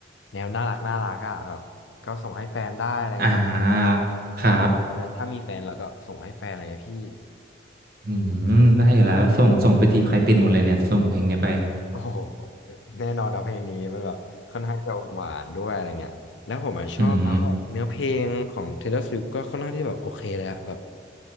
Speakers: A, on the left; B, on the right.
A: แนวน่ารักน่ารักอ่ะแบบก็ส่งให้แฟนได้อะไรเงี้ย
B: อ่าครับ
A: นะถ้ามีแฟนเราก็ส่งให้แฟนอะไรเงี้ยพี่
B: อืมได้อยู่แล้วส่งส่งไปจีบใครติดหมดเลยเนี่ยส่งเพลงเนี้ยไป
A: โอ้โหแน่นอนนะเพลงนี้มันแบบค่อนข้างจะหวานๆด้วยอะไรเงี้ยแล้วผมอะชอบนะว่าเนื้อเพลงของ
B: อืม
A: Taylor Swift ก็ค่อนข้างที่แบบโอเคเลยอะแบบ